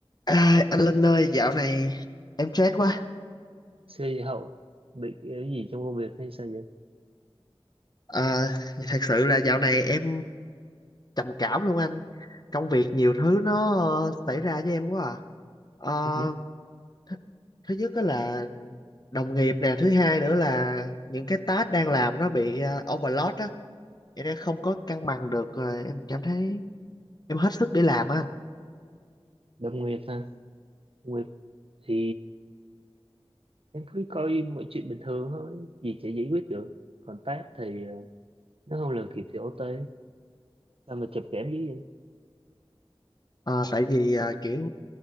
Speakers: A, on the left; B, on the right.
A: À, anh Linh ơi, dạo này em stress quá.
B: Xe hậu bị cái gì trong công việc hay sao vậy?
A: À, thật sự là dạo này em trầm cảm luôn anh. Công việc nhiều thứ nó ờ, xảy ra với em quá à. Ờ,
B: <laughs>
A: th thứ nhất đó là đồng nghiệp nè, thứ hai nữa là những cái task đang làm nó bị ờ, overload á, vậy nên không có cân bằng được rồi em cảm thấy em hết sức để làm á anh.
B: Đâm Nguyệt ha. Nguyệt thì em cứ coi mọi chuyện bình thường thôi, gì sẽ giải quyết được. Còn Tát thì ờ, nó không làm kịp thì OT. Sao mà chụp kẽm dữ vậy?
A: Ờ, tại vì ờ, kiểu